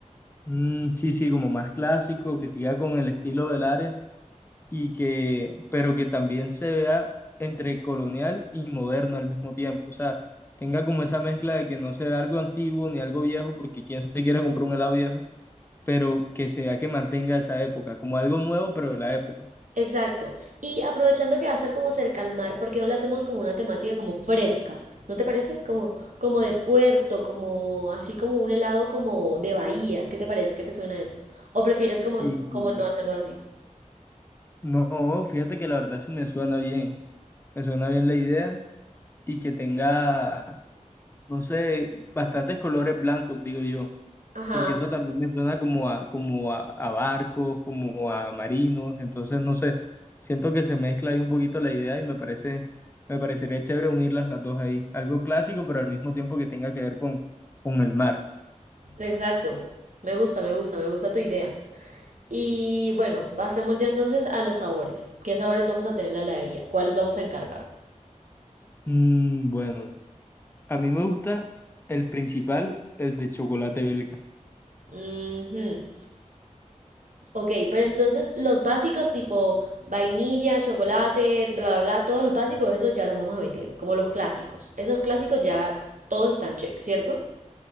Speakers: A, on the left; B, on the right.
A: Mm, sí, sí, como más clásico, que siga con el estilo del área y que, pero que también se vea entre colonial y moderno al mismo tiempo. O sea, tenga como esa mezcla de que no se vea algo antiguo ni algo viejo, porque quién se quiere comprar un helado viejo, pero que se vea que mantenga esa época, como algo nuevo, pero de la época.
B: Exacto. Y aprovechando que va a estar como cerca al mar, ¿por qué no la hacemos como una temática como fresca? ¿No te parece? Como, como de puerto, como así como un helado como de bahía. ¿Qué te parece? ¿Qué te suena eso? ¿O prefieres
A: Sí,
B: como, como
A: sí.
B: no hacerlo así?
A: No, fíjate que la verdad sí me suena bien. Me suena bien la idea y que tenga, no sé, bastantes colores blancos, digo yo
B: Ajá,
A: porque eso también me suena como a, como a, a barcos, como a marinos, entonces no sé, siento que se mezcla ahí un poquito la idea y me parece, me parecería chévere unirlas las dos ahí, algo clásico, pero al mismo tiempo que tenga que ver con, con el mar.
B: exacto. Me gusta, me gusta, me gusta tu idea. Y bueno, pasemos ya entonces a los sabores. ¿Qué sabores vamos a tener en la heladería? ¿Cuáles vamos a encargar?
A: Mm, bueno, a mí me gusta el principal, el de chocolate belga,
B: Ujú. Ok, pero entonces los básicos tipo vainilla, chocolate, bla, bla, bla, todos los básicos, esos ya los vamos a omitir, como los clásicos. Esos clásicos ya todos están check, ¿cierto?